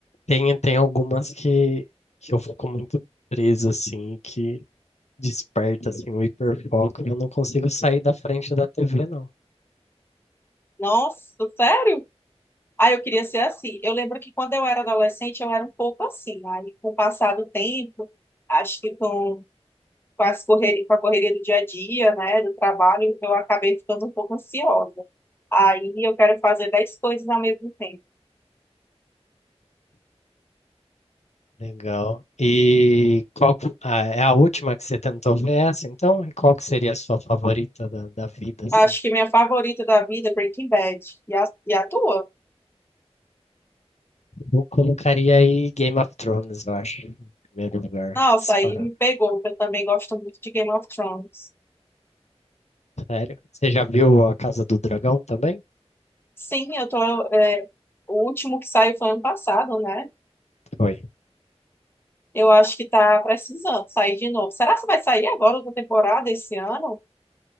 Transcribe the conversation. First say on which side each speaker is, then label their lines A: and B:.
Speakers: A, on the left; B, on the left.
A: tem, tem algumas que, que eu fico muito preso, assim, que desperta assim um hiperfoco, eu não consigo sair da frente da TV, não.
B: Nossa, sério? Ah, eu queria ser assim. Eu lembro que quando eu era adolescente, eu era um pouco assim. Aí, com o passar do tempo, acho que com, com, as correria, com a correria do dia a dia, né, do trabalho, eu acabei ficando um pouco ansiosa. Aí, eu quero fazer dez coisas ao mesmo tempo.
A: Legal. E qual que- ah, é a última que você tentou ver essa, então? E qual que seria a sua favorita da, da vida, assim?
B: Acho que minha favorita da vida é Breaking Bad. E a, e a tua?
A: Eu colocaria aí Game of Thrones, eu acho, em primeiro lugar,
B: Nossa,
A: disparado.
B: aí me pegou, porque eu também gosto muito de Game of Thrones.
A: Sério? Você já viu A Casa do Dragão também?
B: Sim, eu tô. é, o último que saiu foi ano passado, né?
A: Foi.
B: Eu acho que tá precisando sair de novo. Será que vai sair agora outra temporada esse ano?